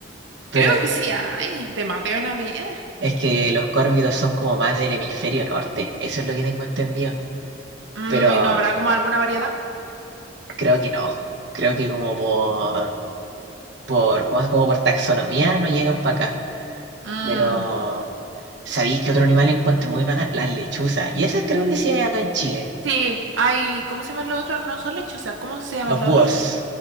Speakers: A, on the right; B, on the right.
A: pero
B: Creo que sí hay, de más deben haber.
A: es que los córvidos son como más del hemisferio norte. Eso es lo que tengo entendido.
B: Mm,
A: pero
B: ¿y no habrá como alguna variedad?
A: creo que no. Creo que como por, por, como, como por taxonomía no llegan para acá.
B: Mm,
A: Pero, ¿sabéis que otro animal encuentro muy bacán? Las lechuzas. Y esas creo que sí hay acá en Chile.
B: sí, hay, ¿cómo se llaman los otros? No son lechuzas, ¿cómo se llaman
A: Los
B: los
A: búhos.
B: otros que son?